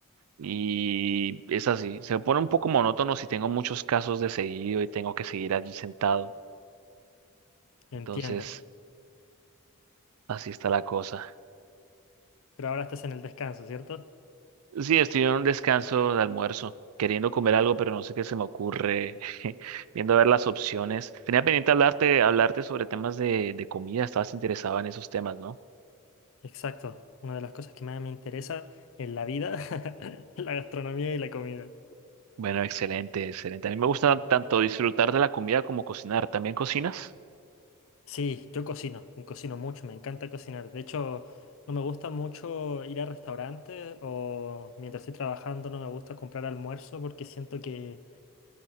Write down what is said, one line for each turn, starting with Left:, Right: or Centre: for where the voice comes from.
Right: y es así. Se pone un poco monótono si tengo muchos casos de seguido y tengo que seguir allí sentado. Entonces,
Left: Entiendo,
Right: así está la cosa.
Left: pero ahora estás en el descanso, ¿cierto?
Right: Sí, estoy en un descanso de almuerzo, queriendo comer algo, pero no sé qué se me ocurre, <laughs> viendo a ver las opciones. Tenía pendiente hablarte, hablarte sobre temas de, de comida, estabas interesado en esos temas, ¿no?
Left: Exacto, una de las cosas que más me interesa en la vida <laughs> es la gastronomía y la comida.
Right: Bueno, excelente, excelente. A mí me gusta tanto disfrutar de la comida como cocinar. ¿También cocinas?
Left: Sí, yo cocino, y cocino mucho, me encanta cocinar. De hecho, no me gusta mucho ir a restaurantes o mientras estoy trabajando no me gusta comprar almuerzo porque siento que...